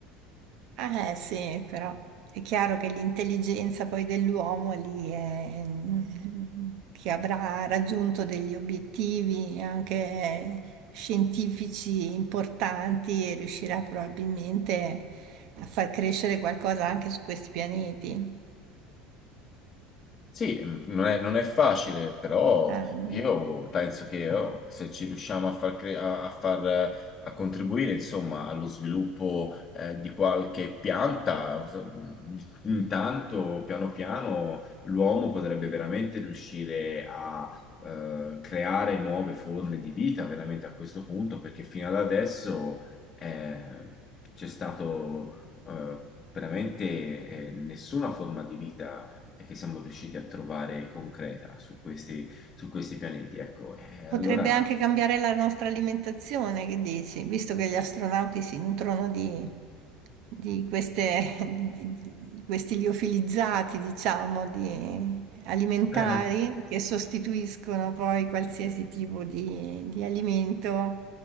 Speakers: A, on the right; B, on the left.
A: ah, sì, però è chiaro che l'intelligenza poi dell'uomo lì è, mm, che avrà raggiunto degli obiettivi anche scientifici importanti e riuscirà probabilmente a far crescere qualcosa anche su questi pianeti.
B: Sì, mh, non è, non è facile, però
A: Eh, no.
B: io penso che oh, se ci riusciamo a far, cre- a, a far, eh, a contribuire, insomma, allo sviluppo eh, di qualche pianta, so- intanto, piano piano, l'uomo potrebbe veramente riuscire a eh, creare nuove forme di vita, veramente a questo punto, perché fino ad adesso eh, c'è stato eh, veramente eh, nessuna forma di vita e che siamo riusciti a trovare concreta su questi, su questi pianeti. Ecco, eh, allora,
A: potrebbe anche cambiare la nostra alimentazione, che dici? Visto che gli astronauti si nutrono di, di queste, <laughs> di- di- di questi liofilizzati, diciamo, di alimentari
B: eh,
A: che sostituiscono poi qualsiasi tipo di, di alimento,